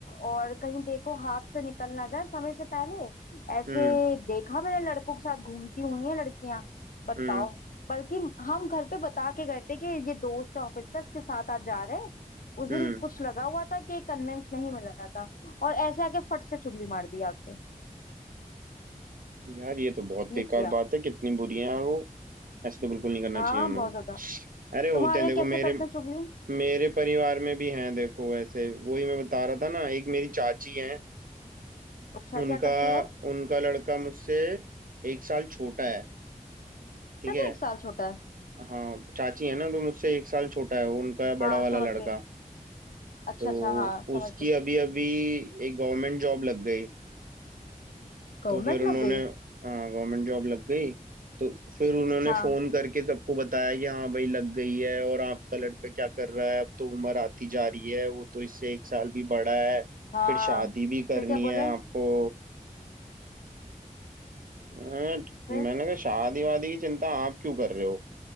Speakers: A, on the left; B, on the right.
A: और कहीं देखो हाथ से निकल ना जाए समय से पहले ऐसे
B: हम्म
A: देखा मैंने लड़कों के साथ घूमती हुई है लड़कियां बताओ
B: हम्म
A: बल्कि हम घर पे बता के गए थे कि ये दोस्त है ऑफिस का इसके साथ आज जा रहे हैं उस
B: हम्म
A: दिन कुछ लगा हुआ था कि कन्वेंस नहीं मिला था और ऐसे आके फट से चुगली मार दी आके
B: यार ये तो बहुत
A: ये
B: बेकार
A: किया
B: बात है कितनी बुरी है यार वो ऐसे तो बिल्कुल नहीं करना
A: हाँ
B: चाहिए उन्हें
A: बहुत ज्यादा
B: अरे होते
A: तुम्हारे
B: हैं
A: यहाँ
B: देखो
A: कैसे
B: मेरे
A: करते हैं चुगली
B: मेरे परिवार में भी हैं देखो ऐसे वही मैं बता रहा था ना एक मेरी चाची हैं
A: अच्छा
B: उनका
A: क्या करती वो
B: उनका लड़का मुझसे एक साल छोटा है ठीक
A: सिर्फ
B: है
A: एक साल छोटा है
B: हाँ चाची है ना तो मुझसे एक साल छोटा है वो उनका
A: हाँ
B: बड़ा वाला
A: समझ
B: लड़का
A: गई अच्छा
B: तो
A: अच्छा हाँ समझ
B: उसकी
A: गई
B: अभी अभी एक गवर्नमेंट जॉब लग गई
A: गवर्नमेंट
B: तो फिर उन्होंने
A: लग गई
B: गवर्नमेंट जॉब लग गई तो फिर उन्होंने
A: हाँ
B: फोन करके सबको बताया कि हाँ भाई लग गई है और आपका लड़का क्या कर रहा है अब तो उम्र आती जा रही है वो तो इससे एक साल भी बड़ा है
A: हाँ
B: फिर शादी भी करनी
A: फिर क्या बोले
B: है आपको अं,
A: फिर
B: मैंने कहा शादी वादी की चिंता आप क्यों कर रहे हो